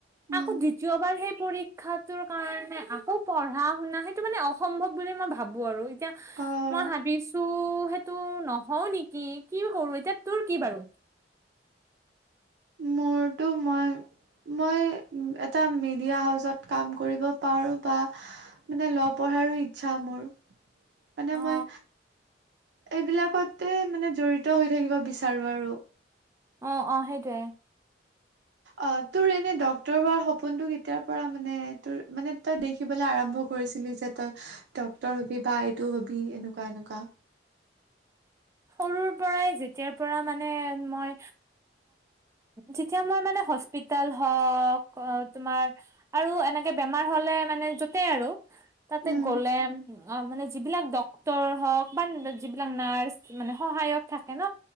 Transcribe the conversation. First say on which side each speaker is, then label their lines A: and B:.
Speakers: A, on the right (about 80°); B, on the right (about 15°).
A: উম
B: আকৌ দিত- যোৱাবাৰ সেই পৰীক্ষাটোৰ কাৰণে আকৌ পঢ়া শুনা সেইটো মানে অসম্ভৱ বুলি মই ভাবো আৰু। এতিয়া
A: আহ
B: মই ভাবিছো সেইটো নহও নেকি? কি কৰো? এতিয়া তোৰ কি বাৰু?
A: মোৰতো মই মই এটা মিডিয়া হাউচত কাম কৰিব পাৰো বা মানে ল পঢ়াৰো ইচ্ছা মোৰ। মানে
B: অ
A: মই এইবিলাকতে মানে জড়িত হৈ থাকিব বিচাৰো আৰু।
B: অঁ অঁ সেইটোৱে।
A: অ তোৰ এনে ডক্তৰ হোৱাৰ সপোনটো কেতিয়াৰ পৰা মানে তোৰ মানে তই দেখি দেখিবলে আৰম্ভ কৰিছিলি যে তই ডক্তৰ হবি বা এইটো হবি এনেকুৱা এনেকুৱা?
B: সৰুৰ পৰাই যেতিয়াৰ পৰা মানে মই যেতিয়া মই মানে হস্পিতাল হওঁক অ তোমাৰ আৰু এনেকে বেমাৰ হলে মানে যতে আৰু তাতে
A: উম
B: গ'লে মানে যিবিলাক ডক্তৰ হওক বা যিবিলাক নাৰ্ছ মানে সহায়ক থাকে ন,